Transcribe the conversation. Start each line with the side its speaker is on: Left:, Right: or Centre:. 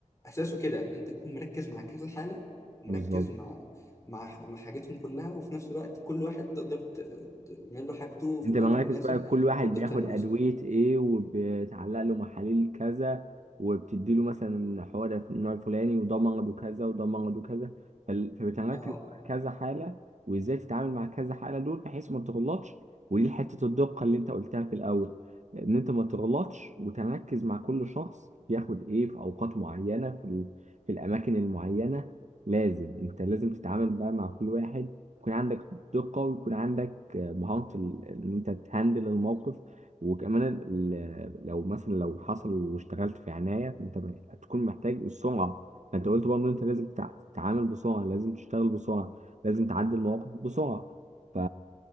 Left: اساسه كده ان انت تكون مركز مع كذا حاله مركز
Right: بالظبط
Left: مع مع مع حاجتهم كلها وفي نفس الوقت كل واحد تقدر ت- تعمل له حاجته في
Right: انت
Left: الوقت
Right: مراكز
Left: المناسب
Right: بقى كل واحد
Left: والدقه
Right: بياخد
Left: المناسبه
Right: ادويه ايه وبتعلق له محاليل كذا وبتدي له مثلا حوار النوع الفلاني وده مرض وكذا وده مرض وكذا فال- فبتركز
Left: اه
Right: مع كذا حاله وازاي تتعامل مع كذا حاله دول بحيث ما تغلطش ودي حته الدقه اللي انت قلتها في الاول ان انت ما تغلطش وتركز مع كل شخص بياخد ايه في اوقات معينه في ال- في الاماكن المعينه لازم انت لازم تتعامل بقى مع كل واحد يكون عندك دقه ويكون عندك مهارة ال- إن أنت تهندل الموقف وكمان ال- ال- لو مثلا لو حصل واشتغلت في عناية فأنت هتكون محتاج السرعة فأنت قلت برضه إن أنت لازم تع- تتعامل بسرعة لازم تشتغل بسرعة لازم تعدي المواقف بسرعة ف...